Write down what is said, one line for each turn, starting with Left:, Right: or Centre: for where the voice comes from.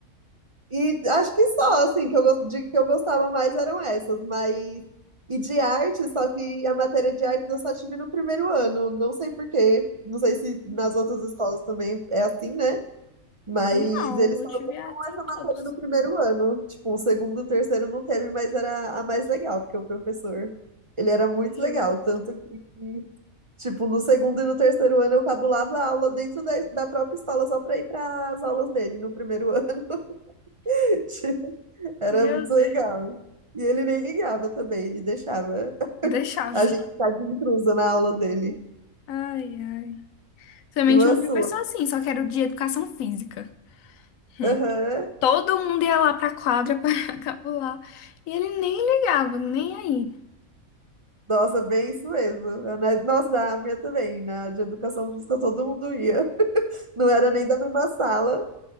Right: E acho que só, assim, que eu, gos- de que eu gostava mais eram essas, mas. E de arte, só que a matéria de arte eu só tive no primeiro ano, não sei por quê, não sei
Left: Hum,
Right: se nas outras escolas também é assim, né? Mas
Left: Não,
Right: eles
Left: eu
Right: só
Left: tive
Right: deram
Left: assim
Right: essa
Left: em todos.
Right: matéria no primeiro ano, tipo, o segundo, o terceiro não teve, mas era a mais legal, porque o professor, ele era muito
Left: Justo.
Right: legal, tanto que, tipo, no segundo e no terceiro ano eu cabulava a aula dentro da, da própria escola só pra ir para as aulas dele no primeiro ano. <laughs> Era
Left: Meu
Right: muito legal.
Left: Deus.
Right: E ele nem ligava também, ele deixava <laughs>
Left: Deixava.
Right: a gente ficar de intrusa na aula dele.
Left: Ai, ai. Também
Right: E uma
Left: tinha um
Right: sua.
Left: professor assim, só que era o de educação física. Hum.
Right: Aham.
Left: Todo mundo ia lá pra quadra <laughs> para capular. E ele nem ligava, nem aí.
Right: Nossa, bem isso mesmo. A na- Nossa, na minha também. Na de educação física todo mundo ia. <laughs> Não era nem da mesma sala,